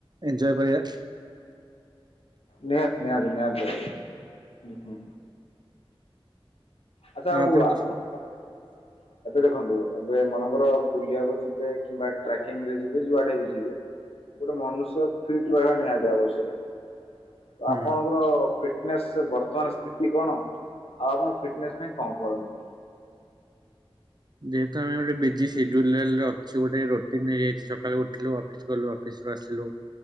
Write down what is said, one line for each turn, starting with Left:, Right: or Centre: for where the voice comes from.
Right: ଏଞ୍ଜୟ କରିବା।
Left: ନିହାତି-ନିହାତି-ନିହାତି <inaudible> ଆଚ୍ଛା
Right: ଆଉ
Left: <inaudible>
Right: ଆପଣଙ୍କ <inaudible>
Left: ଏବେ ଦେଖନ୍ତୁ ଏବେ ମନେକର ବୁଲିଆକୁ ଯିବେ କିମ୍ବା ଟ୍ରାକିଂ ରେ ଯିବେ ଯୁଆଡେ ବି ଯିବେ ଗୋଟେ ମନୁଷ୍ୟ ଫିଟ୍ ରହିବା ନିହାତି ଆବଶ୍ୟକ। ତ ଆପଣଙ୍କର
Right: ହୁଁ।
Left: ଫିଟନେସ୍ ବର୍ତ୍ତମାନ୍ ସ୍ଥିତି କଣ, ଆଉ ଆପଣ ଫିଟ୍ ଫିଟନେସ୍ ପାଇଁ କଣ କରନ୍ତି?
Right: ଯେହେତୁ ଆମେ ଗୋଟେ ବିଜି ସିଡୁଲ୍ରେ ଅଛୁ ଗୋଟେ ରୋଟିନ୍ ହେଇଯାଇଛି, ସ କାଳୁ ଉଠିଲୁ ଅଫିସ୍ ଗଲୁ ଅଫିସ୍ ରୁ ଆସିଲୁ